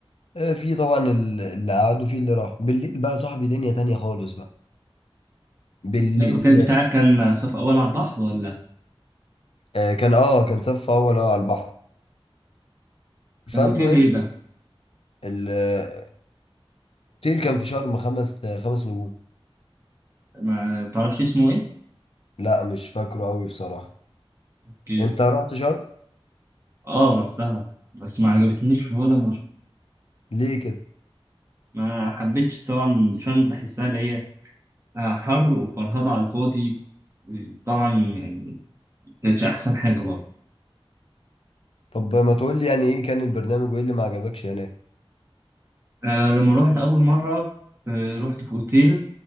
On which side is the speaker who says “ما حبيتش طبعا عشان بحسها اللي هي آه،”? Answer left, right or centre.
Right